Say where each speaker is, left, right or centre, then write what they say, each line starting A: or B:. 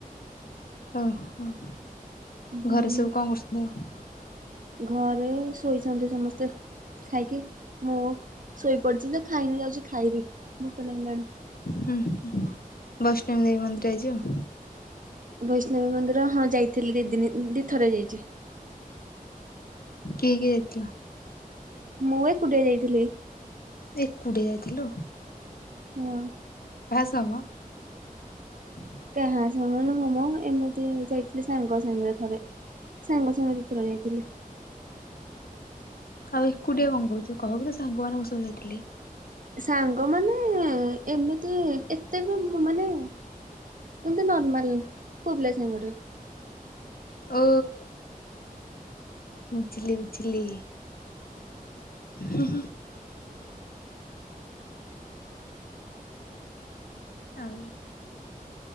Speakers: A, on the left; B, on the right.
A: ଓ ହଁ
B: ହୁଁ
A: ଘରେ ସବୁ କଣ କରୁଛନ୍ତି ଆଉ?
B: ଘରେ ଶୋଇଛନ୍ତି ସମସ୍ତେ ଖାଇକି ମୁଁ ଶୋଇ ପଡିଛି ଯେ ଖାଇନି ଯାଉଛି ଖାଇବି ଭୋକ ଲାଗିଲାଣି।
A: ହୁଁ ହୁଁ ବୈଷ୍ଣବୀ ଦେବୀ ମନ୍ଦିର ଯିବ?
B: ବୈଷ୍ଣବୀ ମନ୍ଦିର ହଁ ଯାଇଥିଲି ଦି ଦିନ ଦି ଥରେ ଯାଇଛି।
A: କିଏ କିଏ ଯାଇଥିଲ?
B: ମୁଁ ଏକୁଟିଆ ଯାଇଥିଲି।
A: ଏକୁଟିଆ ଯାଇଥିଲୁ।
B: ହଁ।
A: ତବ।
B: କାହା ଶଣନୁ ହମ ଏମିତି ଯାଇଥିଲି ସାଙ୍ଗ ସାଙ୍ଗରେ ଥରେ। ସାଙ୍ଗ ସାଙ୍ଗରେ ଦିଥର ଯାଇଥିଲି।
A: ଆଉ ଏକୁଟିଆ କଣ କହୁଛୁ? କହିବୁ ତ ସାଙ୍ଗ ମାନଙ୍କୁ ସହ ଯାଇଥିଲି।
B: ସାଙ୍ଗମାନେ ଏମିତି ଏତେ ବି ମାନେ ଏମିତି ନର୍ମାଲ ପୁଅପିଲା ସାଙ୍ଗଟେ।
A: ଓ ମୁଝିଲିି ବୁଝିଲି। ହୁଁ ହୁଁ। ଥାଉ।